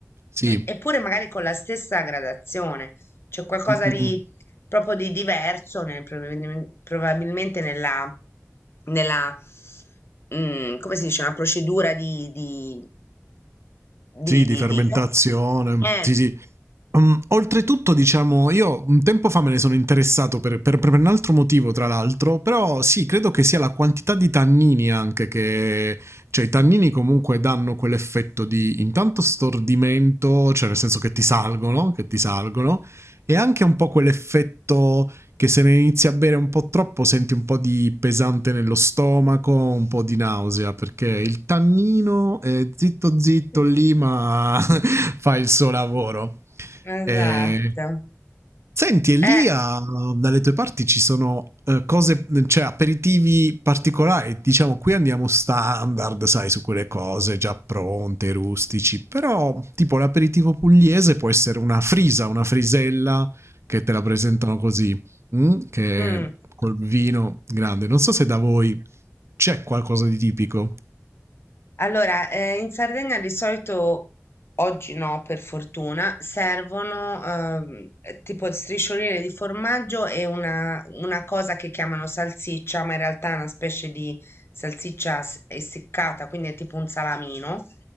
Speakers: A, on the right; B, on the left.
A: sì.
B: eppure magari con la stessa gradazione, c'è qualcosa
A: Mm, mm,
B: di
A: mm.
B: proprio di diverso nel- probabilmen- probabilmente nella, nella, mm, come si dice, una procedura di, di, di,
A: Sì,
B: di,
A: di fermentazione.
B: di- boh. Eh,
A: Sì, sì. Mm, oltretutto, diciamo, io un tempo fa me ne sono interessato per, per- per un altro motivo, tra l'altro, però sì, credo che sia la quantità di tannini anche che... Cioè, i tannini comunque danno quell'effetto di intanto stordimento, cioè nel senso che ti salgono, che ti salgono, e anche un po' quell'effetto che se ne inizi a bere un po' troppo senti un po' di pesante nello stomaco, un po' di nausea, perché il tannino è zitto zitto
B: <laughs>
A: lì, ma <laughs> fa il suo lavoro.
B: esatto.
A: E Senti, e lì
B: Eh.
A: a- dalle tue parti ci sono eh, cose, cioè aperitivi particolari. Diciamo, qui andiamo standard, sai, su quelle cose già pronte, rustici. Però, tipo l'aperitivo pugliese può essere una frisa, una frisella che te la presentano così, mm? che
B: Mm.
A: col vino grande. Non so se da voi c'è qualcosa di tipico.
B: Allora, eh, in Sardegna di solito, oggi no, per fortuna, servono ehm, eh, tipo striscioline di formaggio e una, una cosa che chiamano salsiccia, ma in realtà è una specie di salsiccia s- essiccata, quindi è tipo un salamino.